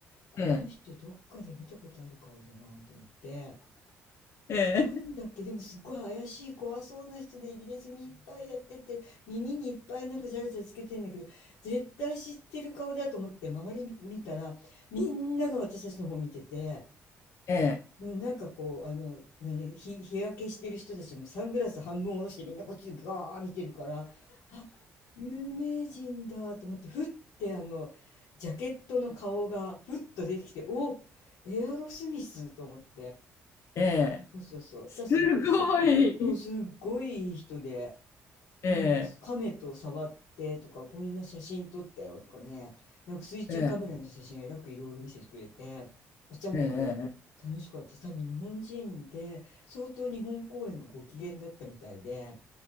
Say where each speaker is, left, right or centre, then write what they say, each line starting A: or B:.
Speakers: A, on the left (about 80°); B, on the left (about 55°).
A: この人どっかで見たことある顔だなと思って、
B: ええ、ええ、
A: なんだっけ、でもすっごい怪しい怖そうな人で入れ墨いっぱいやってて、耳にいっぱいなんかジャラジャラつけてんだけど、絶対知ってる顔だと思って周り見たら、みんなが私たちの方見てて、
B: ええ、
A: うん、なんかこう、あの、何、日、日焼けしてる人たちもサングラス半分下ろしてみんなこっちガー見てるから、あ、有名人だと思って、ふってあの、ジャケットの顔がふっと出てきて、お、エアロスミスと思って。
B: ええ、
A: そうそうそう。だからすごい
B: すごい。
A: そう、すっごいいい人で、
B: ええ、
A: なんか亀と触ってとか、こんな写真撮ったよとかね、なんか水中カメラの写真えらくいろいろ見せてくれて、
B: ええ、
A: お茶目で楽しかったです。
B: ええ、ええ。
A: 多分日本人で、相当日本公演がご機嫌だったみたいで、